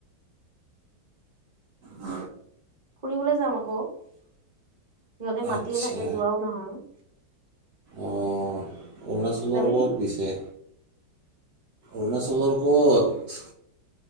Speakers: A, on the right; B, on the right.
A: উ
B: ফুৰিবলৈ যাম আকৌ। সিহঁতে মাতিয়ে
A: আচ্ছা
B: থাকে যোৱাও নহয়
A: অঁ অৰুণাচলৰ
B: যাবি
A: বহুত
B: নেকি
A: পিছে অৰুণাচলৰ ক'ত